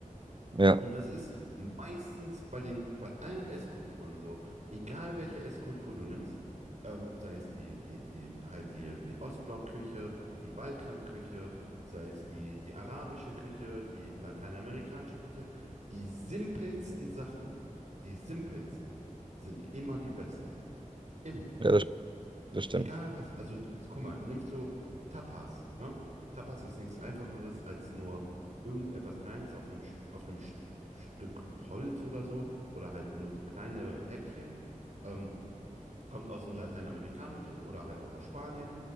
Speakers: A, on the right; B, on the right.
A: Ja,
B: Und das ist meistens bei den, bei allen Esskulturen so. Egal welche Esskultur du nimmst, ähm, sei es die, die, die, halt die, die Ostblockküche, die Balkanküche, sei es die, die arabische Küche, die lateinamerikanische Küche, die simpelsten Sachen, die simpelsten sind immer die besten. Immer.
A: ja, das, das stimmt.
B: Egal was. Also, d- guck mal, nimmst du Tapas, ne? Tapas ist nichts Einfacheres als nur irgendetwas Kleines auf einem, Sch- auf einem Sch- Stück Holz oder so oder halt nur so kleine Häppchen. Ähm, kommt aus dem Lateinamerikanischen oder halt auch aus Spanien.